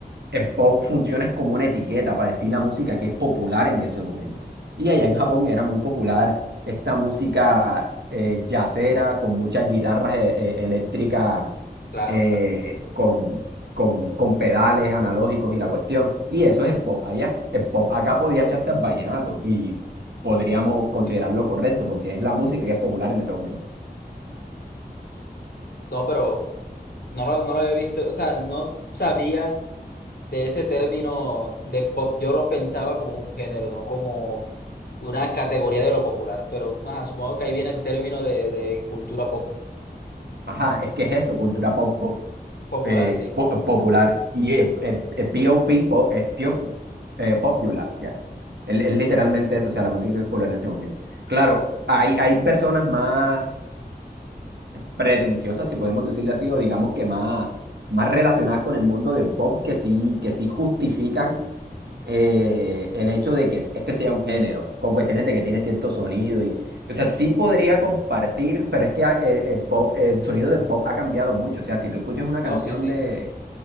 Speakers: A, on the right; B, on the left.
A: el pop funciona es como una etiqueta para decir la música que es popular en ese momento. Y allá en Japón era muy popular esta música eh, jazzera con muchas guitarras eh, eh, eléctricas
B: claro,
A: eh,
B: claro.
A: con, con, con pedales analógicos y la cuestión. Y eso es el pop allá. El pop acá podía ser hasta el vallenato y podríamos considerarlo
B: <laughs>
A: correcto porque es la música que es popular en ese momento.
B: No, pero No lo, no lo había visto, o sea, no sabía de ese término de pop. Yo lo pensaba como un género, no como una categoría de lo popular, pero ajá, supongo que ahí viene el término de, de cultura pop-
A: Ajá, es que es eso, cultura pop,
B: popular,
A: eh,
B: sí.
A: po- popular. Y eh, eh, eh, POP, pop, es pio- eh, popular, ya. Es, es literalmente eso, o sea, la música es popular en ese momento. Claro, hay, hay personas más pretenciosas, si podemos decirle así, o digamos que más, más relacionadas con el mundo del pop, que sí, que sí justifican eh, el hecho de que este sea un género, con cuestiones de que tiene cierto sonido y. O sea, sí podría compartir, pero es que ah, eh, el pop, el sonido del pop ha cambiado mucho. O sea, si tú escuchas una canción
B: No, sí, sí.
A: de,